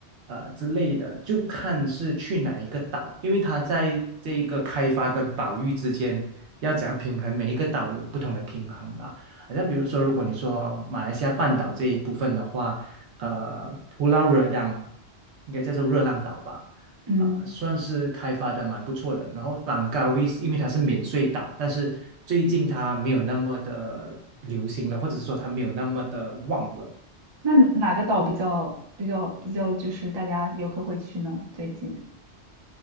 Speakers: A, on the right; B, on the right.
A: 呃之类的，就看是去哪一个岛，因为它在这一个开发跟保育之间要怎样平衡，每一个岛有不同的平衡吧。好像比如说，如果你说马来西亚半岛这一部分的话，呃，Pulau Redang 应该叫做热浪岛吧。
B: 嗯。
A: 啊、呃算是开发的蛮不错的。然后朗高 w i s 因为它是免税岛，但是最近它没有那么的流行了，或者是说它没有那么的旺了。
B: 那哪个岛比较比较比较就是大家游客会去呢？最近，